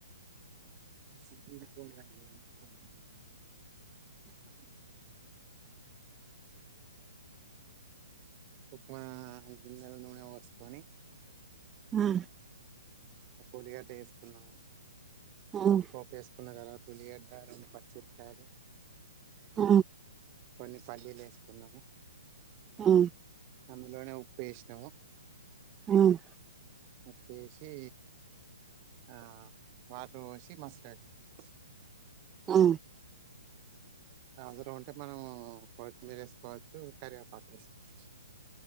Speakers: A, on the right; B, on the right.
A: సిమ్లో పెట్టాలి మొత్తం ఉప్మా గిన్నెల నూనె పోసుకొని
B: ఆ
A: ఉల్లిగడ్డ ఏసుకున్నాము
B: ఉమ్
A: పోప్ వేసుకున్న తర్వాత ఉల్లిగడ్డ రెండు పచ్చిమిరపకాయలు
B: ఆ
A: కొన్ని పల్లీలు వేసుకున్నాము
B: ఆ
A: అందులోనే ఉప్పువేసినాము
B: ఉమ్
A: ఉప్పు ఏసీ ఆ వాటర్ పొసి మస్ లా పెట్టుకున్నాం
B: ఆ
A: ఆవిరి గా ఉంటే మనము కొత్తిమీర వేసుకోవచ్చు కరివేపాకు వేసుకోవచ్చు